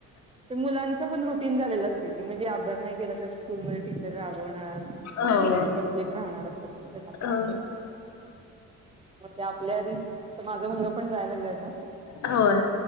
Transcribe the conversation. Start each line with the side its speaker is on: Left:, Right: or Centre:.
Right: मुलांच पण रुटीन झालेलं असत की म्हणजे अभ्यास नाही केला तर स्कूल मध्ये टीचर रागवणार मग
Left: हो
Right: आपलं इनकमप्लीट राहणार असं. पण
Left: हम्म
Right: असत ना, मग ते आपल्या आधी तर माझा मुलं पण जायला लागलाय आता.
Left: होय.